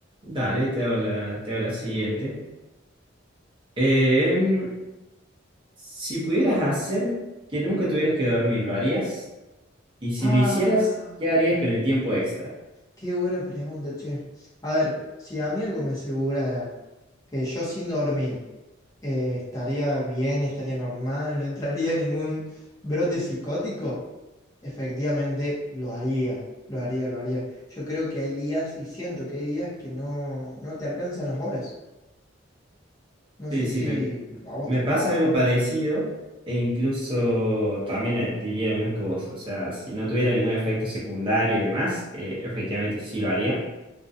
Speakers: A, on the right; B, on the left.
A: Dale, te hago la, te hago la siguiente. Em, si pudieras hacer que nunca tuvieras que dormir, ¿lo harías? Y si
B: Ah.
A: lo hicieras, ¿qué harías con el tiempo extra?
B: Qué buena pregunta, che. A ver, si a mí algo me asegurara que yo sin dormir eh, estaría bien, estaría normal, no entraría en ningún brote psicótico, efectivamente lo haría, lo haría, lo haría. Yo creo que hay días, y siento que hay días que no, no te alcanzan las horas. No
A: Sí,
B: sé
A: sí,
B: si
A: me,
B: a vos
A: me
B: te
A: pasa
B: pasa.
A: algo parecido. E incluso también eh, diría lo mismo que vos. O sea, si no tuviera ningún efecto secundario y demás, eh, efectivamente sí lo haría.